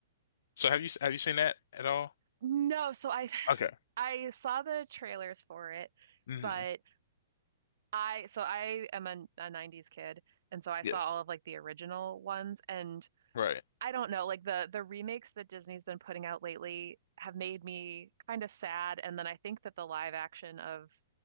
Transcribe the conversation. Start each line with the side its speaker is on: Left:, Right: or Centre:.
Left: so have you have you seen that at all?
Right: No, so I
Left: Okay.
Right: I saw the trailers for it,
Left: hmm
Right: but I so I am a, a 90s kid and so I
Left: Yes.
Right: saw all of like the original ones and
Left: Right.
Right: I don't know like the the remakes that Disney's been putting out lately have made me kind of sad and then I think that the live action of